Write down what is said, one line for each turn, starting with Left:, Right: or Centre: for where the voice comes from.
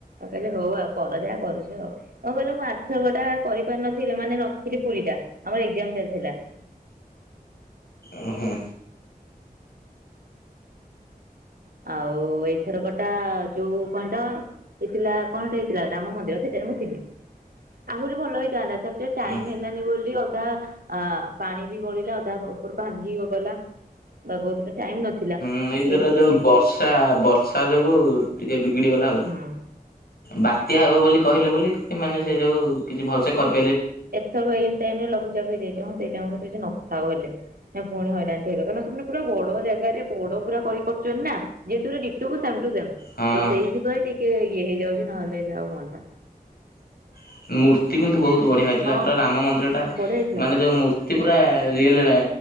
Right: କହିଲେ ହଉ ଆଉ କର ଯାହା କରୁଛ ଆଉ କଣ କହିଲ ମୁଁ ଆର ଥରକ ଟା କରିପାରିନଥିଲି ମାନେ ନ ଥିଲି ପୁରୀ ଟା। ଆମର ଏକ୍ଜାମ ଚାଲିଥିଲା।
Left: ଓହୋ।
Right: ଆଉ ଏଇ ଥରକ ଟା ଯୋଉ କଣ ତ ହେଇଥିଲା କଣ ଟେ ହେଇଥିଲା ରାମ ମନ୍ଦିର ସେଇ ଳେ ମୁଁ ଥିଲି। ଆହୁରି ଭଲ ହେଇଥାନ୍ତା ସେ ଆକଚୁଲି ଟାଇମ
Left: ହୁଁ
Right: ହେଲାନି ବୋଲି ଅଧା ଆ ପାଣି ବି ଗଡିଲା ଅଧା ଉପରୁ ଭାଙ୍ଗି ଗ-ଗଲା ବାଗଉଥିଲେ ଟାଇମ ନଥିଲା।
Left: ଉଁ ଏଇ ଯଉ ଗୁରା
Right: ଏ
Left: ଯୋଉ ବର୍ଷା ବର୍ଷା ଯୋଗୁ ଟିକେ ବିଗିଡି ଗଲା ଆଉ
Right: ହୁଁ।
Left: ବାତ୍ୟା ହବ ବୋଲି କହିଲେ ବୋଲି ମାନେ ସେଇ ଯୋଉ କିଛି ଭଲସେ କରି
Right: ଏତେ କ ଏଇ ଟାଇମ ରେ ଲଘୁଚାପ ହେଇଯା ହଁ। ସେଇଟାଣ, ସେ ନଥାଉ ହେଲେ। ନା ପୁଣି ହଇରାନ ଟି ହେଲେ କାରଣ ସେମାନେ ପୁରା ବଡ ଜାଗାରେ, ବଡ ପୁରା କରୁଛନ୍ତି ନା ଯେମିତି ପୁରା ଡିଟକୁ ସେମ୍ ଟୁ ସେମ୍।
Left: ହଁ
Right: ତ ସେଇଥିପାଇଁ ଟିକେ ଇଏ ହେଇଯାଉଛି। ନହେଲେ ଯାଉ ହୁଅନ୍ତା।
Left: <inaudible> ମୂର୍ତ୍ତି କିନ୍ତୁ ବହୁତ ବଢ଼ିଆ ହେଇଥିଲା।
Right: ହଁ।
Left: ପୁରା ରାମ ମନ୍ଦିର ଟା
Right: ବଢିଆ ହେଇଥିଲା
Left: ମାନେ ଯୋଉ ମୂର୍ତ୍ତି ପୁରା ରିଏଲ୍